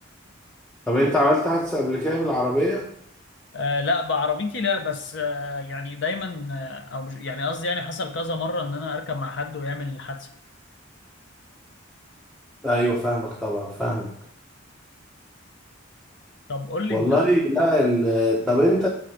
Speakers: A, in the centre; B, on the left.
A: طب انت عملت حادثة قبل كده بالعربية؟
B: آه لا بعربيتي لا بس آه يعني دايما آه او مش يعني قصدي يعني حصل كذا مره ان انا اركب مع حد ويعمل حادثه
A: ايوه فاهمك طبعا فاهمك
B: طب قول لي
A: والله
B: انت
A: لا ال... طب انت